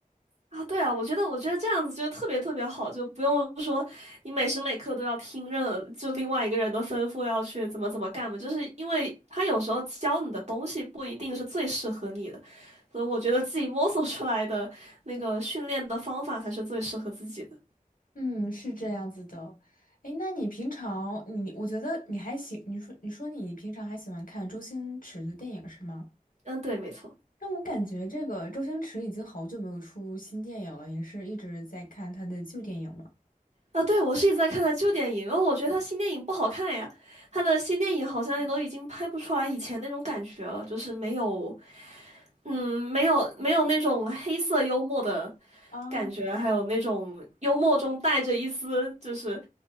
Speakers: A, on the right (about 50°); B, on the left (about 70°).
A: 啊，对啊，我觉得我觉得这样子就特别特别好，就不用说你每时每刻都要听任就另外一个人的吩咐要去怎么怎么干嘛，就是因为他有时候教你的东西不一定是最适合你的，所以我觉得自己摸索出来的那个训练的方法才是最适合自己的。
B: 嗯，是这样子的。诶，那你平常你我觉得你还喜，你说你说你平常还喜欢看周星驰的电影是吗？
A: 嗯，对，没错。
B: 但我感觉这个周星驰已经好久没有出新电影了，您是一直在看他的旧电影吗？
A: 啊，对，我是一直在看他旧电影，因为我觉得他新电影不好看呀。他的新电影好像也都已经拍不出来以前那种感觉了，就是没有，嗯，没有没有那种黑色幽默的
B: 啊，
A: 感觉，还有那种幽默中带着一丝就是